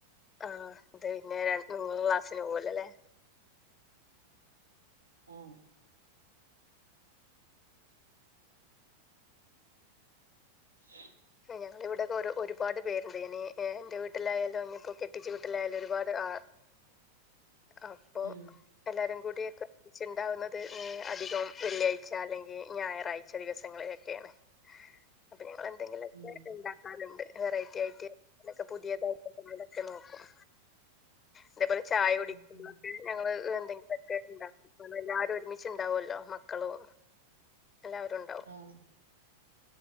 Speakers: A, on the left (about 20°); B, on the right (about 75°).
A: ആഹ് ത് കയിഞ്ഞാ ര ഇങ്ങള് ക്ലാസ്സിന് പോവോലൊല്ലേ.
B: ആഹ്. <inaudible>
A: ഞങ്ങളിവിടെയക്കെ ഒരു ഒരുപാട് പേരുണ്ട് എനി എൻ്റെ വീട്ടിലായാലും ങ്ങിപ്പൊ കെട്ടിച്ച വീട്ടിലായാലും ഒരുപാട് ആ
B: <inaudible>
A: ആഹ്
B: ഉം.
A: എല്ലാരും കൂടിയൊക്കെ ച്ചുണ്ടാകുന്നത് ഹ് അധികം വെള്ളിയാഴ്ച അല്ലെങ്കി ഞായറാഴ് ച്ച ദിവസങ്ങളിലൊക്കേണ് അപ്പൊ ഞങ്ങളെന്തെങ്കിലൊ
B: ഉം
A: ക്കെ ണ്ടാക്കാറ്ണ്ട് വെറൈറ്റി ആയിറ്റ് അങ്ങനൊക്കെ പുതിയതായിട്ട് എന്തേലൊക്കെ നോക്കും. അതേപോലെ ചായ കുടിക്കുമ്പളൊക്കെ
B: ഉം ഉം
A: ഞങ്ങള് എന്തെങ്കിലൊക്കെണ്ടാക്കും. പ്പ നമ്മളെല്ലാരും ഒരുമിച്ച്ണ്ടാവൊല്ലോ മക്കളും എല്ലാരും.
B: ആഹ്.